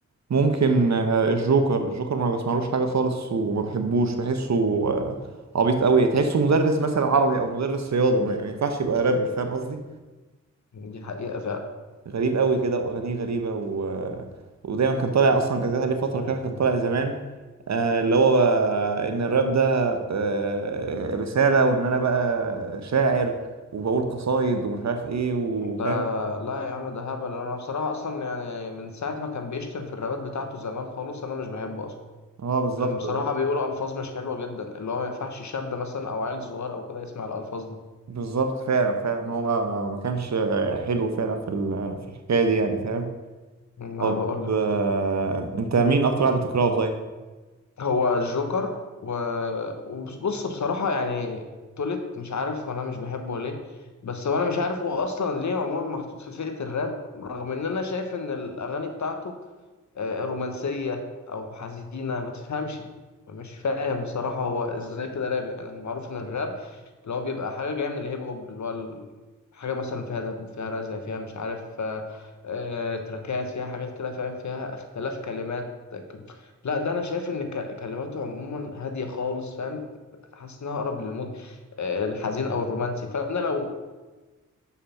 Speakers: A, on the right; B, on the left.
A: ممكن آه، الجوكر الجوكر ما بسمعلوش حاجه خالص وما بحبوش بحسه آه، عبيط قوي تحسه مدرس مثلا عربي او مدرس رياضه ما ما ينفعش يبقى رابر فاهم قصدي
B: دي حقيقة فعلا
A: غريب قوي كده واغانيه غريبه و... آه، ودايما كان طالع اصلا كان جات عليه فتره كده كان طالع زمان آه، اللي هو بقى ان الراب ده آه، رساله وان انا بقى شاعر وبقول قصايد ومش عارف ايه وفاهم
B: ده لا يا عم ده هبل أنا بصراحة أصلا يعني من ساعة ما كان بيشتم في الرابات بتاعته زمان خالص أنا مش بحبه أصلا
A: اه بالظبط
B: كان بصراحة بيقول ألفاظ مش حلوة جدا اللي هو ما ينفعش شاب مثلا أو عيل صغير أو كده يسمع الألفاظ دي
A: بالظبط فعلا فعلا هو ما ما كانش حلو فعلا في ال- في الحكايه دي يعني فاهم
B: ما
A: طب
B: أنا بقول
A: آه، انت مين اكتر واحد بتكرهه طيب
B: هو الجوكر و... وبص بصراحة يعني تولت مش عارف وانا مش بحبه ليه بس هو انا مش عارف هو اصلا ليه عموما محطوط في فئة الراب رغم ان انا شايف ان الاغاني بتاعته آه، رومانسية أو حزينة ما تفهمش مش فاهم بصراحة هو إزاي كده راب يعني المعروف إن الراب اللي هو بيبقى حاجة جاية من الهيب هوب اللي هو ال- حاجة مثلا فيها دب فيها رزع فيها مش عارف آه، آه، تراكات فيها حاجات كده فاهم فيها اختلاف كلمات لا ده أنا شايف إن ك- كلماته عموما هادية خالص فاهم حاسس إنها أقرب للمود آه، الحزين أو الرومانسي فأنا لو